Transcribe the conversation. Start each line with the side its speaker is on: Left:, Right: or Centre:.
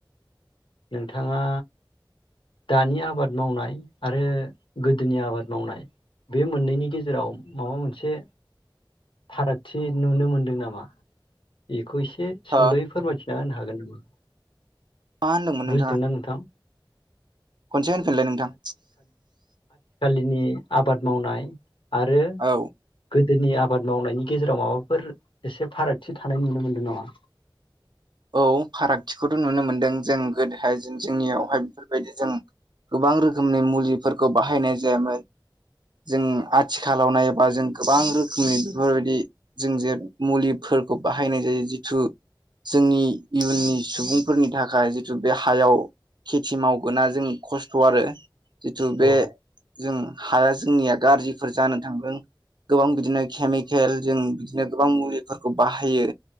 Left: नोंथाङा दानि आबाद मावनाय आरो गोदोनि आबाद मावनाय बे मोननैनि गेजेराव माबा मोनसे फारागथि नुनो मोनदों नामा बे बेखौ एसे सुंद'यै
Right: हो
Left: फोरमायथि होनो हागोन नामा
Right: मा होनदोंमोन नोंथाङा
Left: बुजिदोंना नोंथां
Right: खनसे होनफिनलाय नोंथां
Left: नि आबाद मावनाय आरो
Right: औ
Left: गो दोनि आबाद मावनायनि गेजेराव माबाफोर एसे फारागथि थानाय नुनो मोनदों नामा
Right: औ फारागथिखौथ' नुनो मोन्दों जों गोदोहाय जों जोंनियावहाय बेफोरबायदि जों गोबां रोखोमनि मुलिफोरखौ बाहायनाय जायामोन जों आथिखालाव नायोबा जों गोबां रोखोमनि बेफोरबायदि जों जे मुलिफोरखौ बाहायनाय जायो जिथु जोंनि इयुननि सुबुंफोरनि थाखाय जिथु बे हायाव खेथि मावगोना जों खस्थ' आरो जिथु बे
Left: औ
Right: जों हाया जोंनिया गाज्रिफोर जानो थांदों गोबां बिदिनो केमिकेल जों बिदिनो गोबां मुलिफोरखौ बाहायो